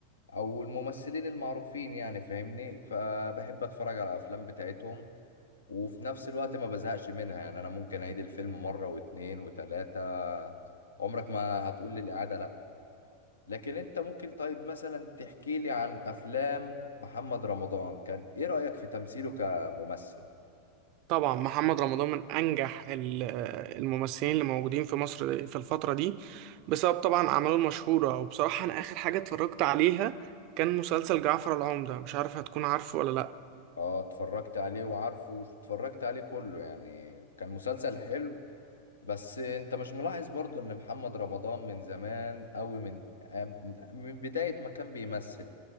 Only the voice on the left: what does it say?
او الممثلين المعروفين يعني فاهمني فبحب اتفرج على الافلام بتاعتهم وفي نفس الوقت ما بزهقش منها يعني انا ممكن اعيد الفيلم مرة واتنين وتلاتة عمرك ما هتقول لي الاعادة لا لكن انت ممكن طيب مثلا تحكي لي عن افلام محمد رمضان كان ايه رأيك في تمثيله كممثل
اه اتفرجت عليه وعارفه اتفرجت عليه كله يعني كان مسلسل حلو بس انت مش ملاحظ برضو ان محمد رمضان من زمان قوي من آه، من بداية ما كان بيمثل